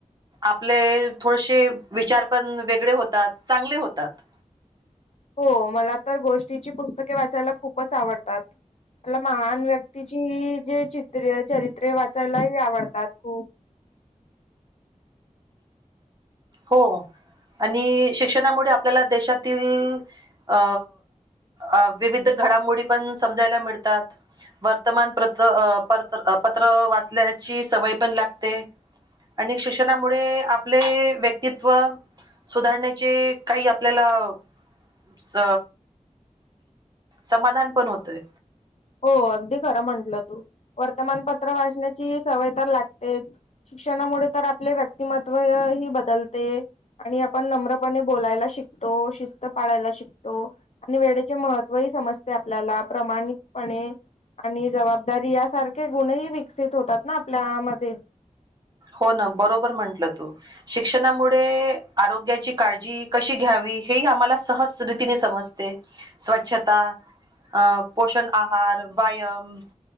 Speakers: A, on the right (about 30°); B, on the left (about 55°).
A: आपले थोडेसे विचार पण चांगले होतात
B: हो मला तर गोष्टीची वाचायला खूपच आवडतात मला महान व्यक्तीची जे चित्रे चरित्रे वाचायलाही आवडतात खूप
A: हो आणि शिक्षणामुळे आपल्याला देशातील अ अ विविध घडामोडी पण समजायला मिळतात वर्तमान <inaudible> पत्र वाचल्याची सवय पण लागते आणि शिक्षणामुळे आपले <inaudible> कितव सुधारण्याची काही आपल्याला स समाधान पण होतोय
B: हो अगदी खरं म्हंटलं तू वर्तमानपत्र वाचण्याची सवय तर लागतेच शिक्षणामुळे तर आपले व्यक्तिमत्वय ही बदलते आणि आपण नम्रपणे बोलायला शिकतो शिस्त पाळायला शिकतो आणि वेळेचे महत्त्व समजते आपल्याला प्रमाणीत पणे आणि जबाबदारी यासारखे गुणही विकसित होतात ना आपल्या मध्ये <inaudible>
A: हो ना बरोबर म्हंटल तू शिक्षणामुळे आरोग्याची काळजी कशी घ्यावी हे ही आम्हाला सहज रीतीने समजते स्वछता अ पोषण आहार वायम